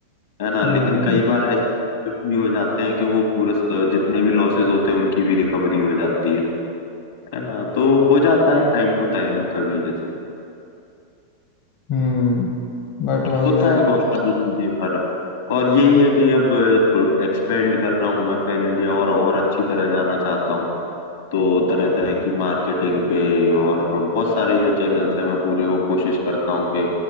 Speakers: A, on the left (about 60°); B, on the left (about 40°).
A: है ना लेकिन
B: हम्म
A: कई बार ऐसे कुछ भी हो जाते हैं कि वो पूरे स- जितने भी लॉसेस होते हैं उनकी भी रिकवरी हो जाती है है ना तो हो जाता है टाइम टू टाइम कभी जैसे
B: हम्म बट भाई
A: होता
B: मैं भी
A: है बहुत सारी चीजें पर और यही है कि अब एक्सपेंड कर रहा हूँ मैं पैन इंडिया और और अच्छी तरह जाना चाहता हूँ तो तरह तरह की मार्केटिंग पे और बहुत सारे जो चैनल्स हैं मैं पूरे को कोशिश करता हूँ कि